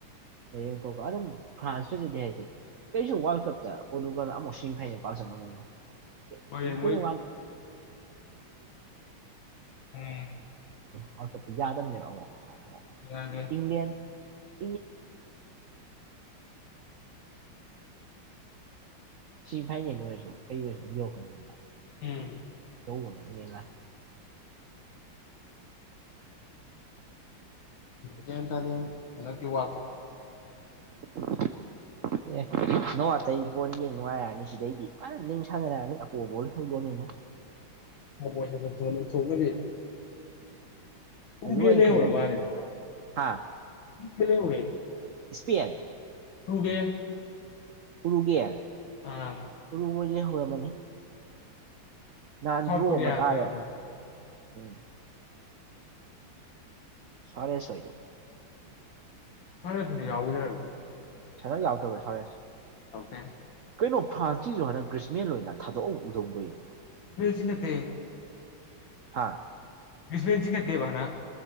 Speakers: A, on the right; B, on the left.
A: ꯍꯌꯦꯡ ꯊꫭꯛꯄ ꯑꯗꯨꯝ ꯐ꯭ꯔꯥꯟꯁ ꯐꯖꯗꯦ ꯍꯥꯏꯖꯦ ꯀꯩꯁꯨ ꯋꯥꯜ ꯀꯞꯇ ꯄꯣꯔꯇꯨꯒꯜ ꯑꯃꯨꯛ ꯁꯤ ꯐꯥꯏꯅꯦꯜ ꯄꯥꯛ ꯆꯪꯕ ꯉꯝꯃꫭꯏꯉꫭ <unintelligible> ꯈꯪꯗꯝꯅꯤ
B: ꯍꯣꯏ ꯃꯣꯏ ꯎꯝ
A: ꯋꯥꯔꯜ ꯀꯞꯇ ꯌꯥꯗꯕꯅꯦꯕ ꯑꯃꯨꯛ ꯃꯁꯥꯅ ꯑꯃꯨꯛ
B: ꯌꯥꯗꯦ
A: ꯏꯟꯗꯤꯌꯥꯟ <unintelligible> ꯁꯤꯃꯤ ꯐꯥꯏꯅꯦꯜ ꯑꯣꯏꯔꯁꯨ ꯀꯩ ꯑꯣꯏꯔꯁꯨ ꯑꯗꯨꯝ ꯌꯧꯔꯛꯀꯅꯤꯕ
B: ꯎꯝ
A: ꯇꯧꯕꯅꯦ ꯏꯅꯦ ꯂꯥꯏ
B: ꯒꯤꯌꯥꯟ ꯇꯥꯗꯦ ꯍꯟꯗꯛꯀꯤ ꯋꯥꯜꯀꯞ
A: <unintelligible> ꯑꯦ ꯅꯣ ꯑꯇꯩ ꯕꯣꯜ ꯌꯦꯡ ꯅꯨꯡꯉꯥꯏꯔꯛꯑꯅꯤ ꯁꯤꯗꯩꯗꯤ ꯐꯖꯅ ꯂꯤꯡ ꯁꯥꯟꯅꯔꯛꯑꯅꯤ ꯑꯄꯣ ꯕꯣꯜ ꯍꯧꯕꯣꯜꯅꯤꯅ
B: <unintelligible>
A: ꯑꯗꯨ
B: ꯎꯕꯦꯜ
A: ꯑꯩꯅ
B: ꯂꯩꯍꯧꯔ
A: ꯈꯜꯂꯤꯁꯤ
B: ꯃꯥꯜꯂꯦꯗ
A: ꯍꯥ
B: ꯎꯕꯦꯜ ꯂꯩꯍꯧꯔꯦ
A: ꯏꯁꯄꯦꯟ
B: <unintelligible>
A: ꯎꯔꯨꯒꯦ
B: ꯑꯥ
A: ꯎꯔꯨꯒꯣ ꯂꯩꯍꯧꯔꯝꯃꯥꯅꯤ ꯅꯍꯟꯗ꯭ꯔꯣ
B: ꯁꯥꯎꯠ ꯀꯣꯔꯤꯌꯥꯗ
A: ꯑꯃ ꯇꯥꯔꯦ
B: ꯁꯥꯎꯠ
A: ꯎꯝ ꯁꯔꯦꯁꯣꯏꯗꯨ
B: <unintelligible>
A: <inaudible>
B: ꯑꯣꯀꯦ
A: ꯀꯩꯅꯣ ꯐ꯭ꯔꯥꯟꯁꯤꯁꯨ ꯍꯟꯗꯛ ꯒ꯭ꯔꯤꯁꯃꯦꯟ ꯑꯣꯏꯅ ꯊꯥꯗꯣꯛꯑꯝ ꯎꯗꯧꯗꯣꯏꯅꯦ
B: ꯄꯔꯤꯁꯤ ꯅꯠꯇꯦ
A: ꯍꯥꯥ
B: ꯏꯁꯄꯦꯟ ꯆꯤꯡꯈꯠꯇꯦꯕ ꯍꯟꯗꯛ